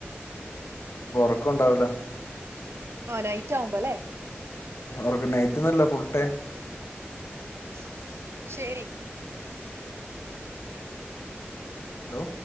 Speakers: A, on the left; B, on the right.
A: ഉറക്കം ഉണ്ടാവില്ല
B: ആ നൈറ്റ് ആവുമ്പോ അല്ലേ
A: റക്ക നൈറ്റ്ന്നല്ലോ ഫുൾടൈം
B: മം ശെരി
A: ഹലോ